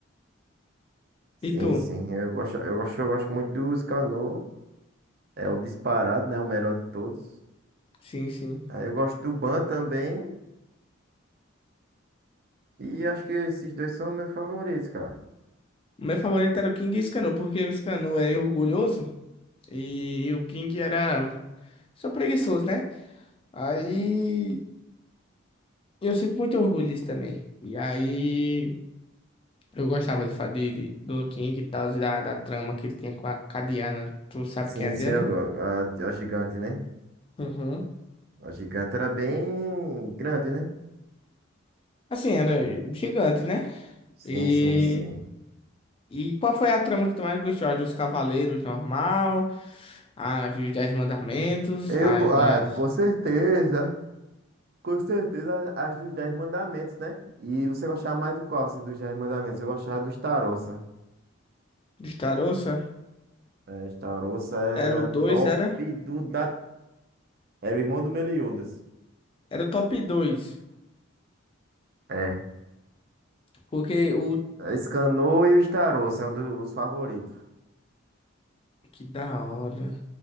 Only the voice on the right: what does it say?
Sim,
sim. Eu gosto, eu gosto, eu gosto muito do Scanor. É o disparado, né? O melhor de todos.
Aí eu gosto do Ban também. E acho que esses dois são meus favoritos, cara.
Sim,
sim, eu, go- a, a gigante, né?
A gigante era bem grande, né?
Sim,
sim, sim.
Eu,
go- ah,
com certeza. Com certeza as dos Dez Mandamentos, né? E você gostava mais do qual, assim, dos Dez Mandamentos? Eu gostava dos Tarossa.
É, os Tarossa era
top
do da... Era o irmão do Meliodas.
É.
escanou e os Tarossa são do- os favoritos.